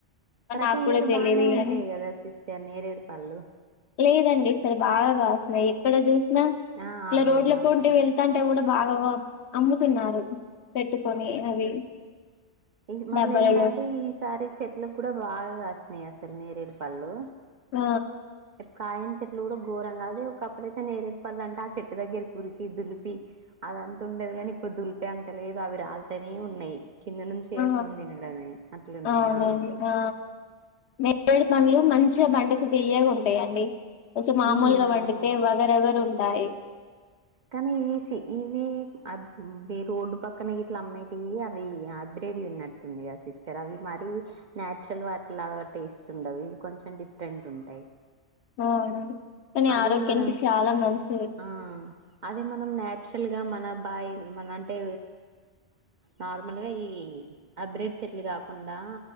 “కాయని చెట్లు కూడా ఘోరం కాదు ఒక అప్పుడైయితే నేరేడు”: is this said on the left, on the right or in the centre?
Right